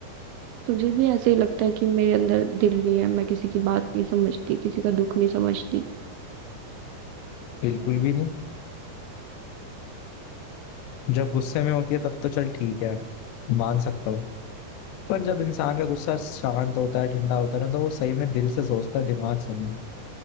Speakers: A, on the right (about 80°); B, on the left (about 90°).
A: तुझे भी ऐसे ही लगता है कि मेरे अंदर दिल नहीं है मैं किसी की बात नहीं समझती किसी का दुख नहीं समझती
B: बिल्कुल भी नहीं जब गुस्से में होती है तब तो चल ठीक है मान सकता हूँ पर जब इंसान का गुस्सा शांत होता है ठंडा होता है ना तो वो सही में दिल से सोचता है दिमाग से नहीं